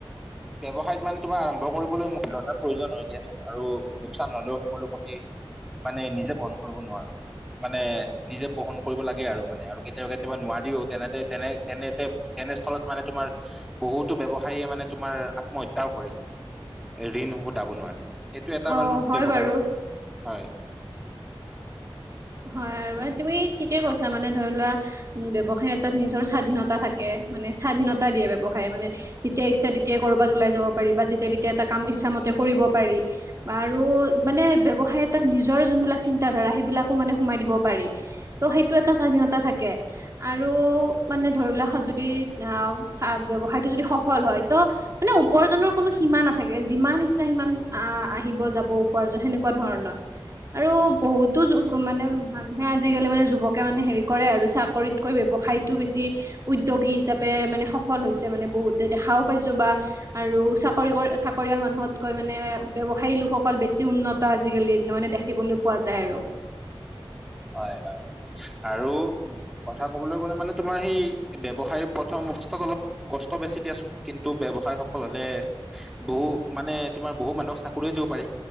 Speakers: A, in the centre; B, on the right.
A: ব্যৱসায়ত মানে তোমাৰ আৰম্ভ কৰিবলৈ মূলধৰণৰ প্ৰয়োজন হয় দিয়াচোন আৰু লোকচান হলেও সকলো ক্ষতি মানে নিজে বহন কৰিব নোৱাৰা মানে নিজে বহন কৰিব লাগে আৰু মানে আৰু কেতিয়াবা কেতিয়াবা নোৱাত তেনেনে তেনেতে তেনেস্থলত মানে তোমাৰ বহুতো ব্যৱসায়ে মানে তোমাৰ আত্ম হত্যাও কৰে, কিন্তু ঋণ সুধাব নোৱাৰি। সেইটো এটা
B: অ
A: বাৰু
B: হয়
A: ব্যৱসাৰো
B: বাৰু
A: হয়।
B: হয় আৰু তুমি ঠিকে কৈছা মানে ধৰি লোৱা ব্যৱসায় এটাত নিজৰ স্বাধীনতা থাকে মানে স্বাধীনতা দিয়ে ব্যৱসায়ে মানে, যেতিয়া ইচ্ছা তেতিয়া কৰবাত ওলাই যাব পাৰিবা যেতিয়া তেতিয়া এটা কাম ইচ্ছা কৰিব পাৰি আৰু মানে ব্যৱসায় এটাত নিজৰ যোনবিলাক চিন্তা- ধাৰা সেইবিলাক হ মানে সোমায় দিব পাৰি, ত সেইটো এটা স্বাধীনতা থাকে, আৰু মানে ধৰি লোৱা সাজু দি আহ চা ব্যৱসায়টো যদি সফল হয়, ত মানে উপাৰ্জনৰ কোনো সীমা নাথাকে যিমান নিচা সিমান আহ আহিব যাব উপাৰ্জন সেনেকুৱা ধৰণৰ, আৰু বহুতো যো মানে মানুহে আজিকালি মানে যুৱকে মানে হেৰি কৰে আৰু চাকৰিতকৈ বৱসায়টো বেছি উদ্য দ্যোগী হিচাপে মানে সফল হৈছে মানে বহুতে দেখাও পাইছো বা আৰু চাকৰি কৰে চাকৰিয়াল মানু্ হতকৈ মানে ব্যৱসায়ী লোকসকল বেছি উন্নত আজিকালি মানে দেখিবলৈ পোৱা যায় আৰু।
A: হয় হয় আৰু উম কথা কবলৈ গলে মানে তোমাৰ সেই ব্যৱসায় প্ৰথম অৱস্থা অলপ কষ্ট বেছি দিয়াচোন কিন্তু ব্যৱসায় সফল হলে বহু মানে তোমাৰ বহু মানুহক চাকৰি দ ব পাৰি,